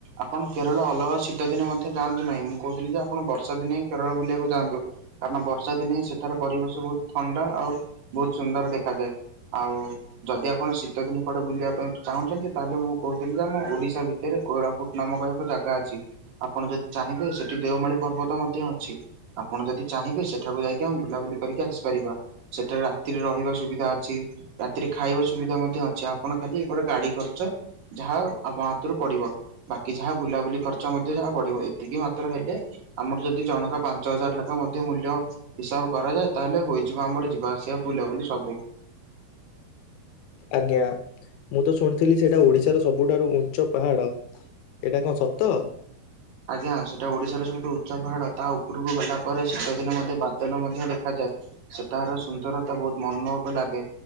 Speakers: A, on the right; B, on the left.
A: ଆପଣ କେ କେରଳ ଅଲଗା ଶୀତ ଦିନେ ମଧ୍ୟ ଯାଆନ୍ତୁ ନାହିଁ ମୁଁ କହୁଥିଲି ଯେ ଆପଣ ବର୍ଷା ଦିନ ହିଁ କେରଳ ବୁଲିବାକୁ ଯାଆନ୍ତୁ। କାରଣ ବର୍ଷା ଦିନ <inaudible> ସେ ସେଠାରେ ପରିବେଶ ବହୁତ ଥଣ୍ଡା ଆଉ ବହୁତ ସୁନ୍ଦର ଦେଖାଯାଏ। ଆଉ ଯଦି ଆପଣ ଶୀତ ଦିନ କୁଆଡେ ବୁଲିବା ପାଇଁ ଚାହୁଁଛନ୍ତି ତାହେଲେ ମୁଁ କହୁଥିଲି ଯେ, ଆମ ଓଡିଶା ଭିତରେ କୋରାପୁଟ ନାମକ ଏକ ଜାଗା ଅଛି। ଆପଣ ଯଦି ଚାହିଁବେ ସେଠି ଦେଓମାଳି ପର୍ବତ ମଧ୍ୟ ଅଛି। ଆପଣ ଯଦି ଚାହିଁବେ ସେଠାକୁ ଯାଇକି କି ଆମେ ବୁଲାବୁଲି କରିକି ଆସିପାରିବା ସେଠାରେ ରାତିରେ ରହିବା ସୁବିଧା ଅଛି ।ରାତିରେ ଖାଇବା ସୁବିଧା ମଧ୍ୟ ଅଛି ଆପଣ ଖାଲି ଏପଟେ ଗାଡି ଖର୍ଚ୍ଚ ଯାହା ଆପଣ ହାତରୁ ପଡିବ, ବାକି ଯାହା ବୁଲାବୁଲି ଖର୍ଚ୍ଚ ମଧ୍ୟ ଯାହା ପଡିବ ଏତିକି ମାତ୍ର ହେଲେ ଆମର ଯଦି ଜଣକା ପାଞ୍ଚ ହଜାର ଲେଖା ମଧ୍ୟ ମୂଲ୍ୟ ହେଉଛି। ହିସାବ କରାଯାଏ ତାହେଲେ ହୋଇଯିବ ଆମର ଯିବା ଆସିବା ବୁଲାବୁଲି ସବୁ।
B: ଆଜ୍ଞା ମୁଁ ତ ଶୁଣିଥିଲି ସେଇଟା ଓଡିଶାର ସବୁଠାରୁ ଉଁଚ୍ଚ ପାହାଡ। ଏଇଟା କଣ ସତ?
A: ଆଜ୍ଞା ସେଟା ଓଡିଶାର ସବୁଠୁ ଉଚ୍ଚ ପାହାଡ। ତା ଉପରକୁ ଗଲା ପରେ ଶୀତ ଦିନ ମଧ୍ୟ ବାଦଲ ମଧ୍ୟ ଦେଖାଯାଏ ସେଠାର ସୁନ୍ଦରତା ବହୁତ ମନମୋହକ ଲାଗେ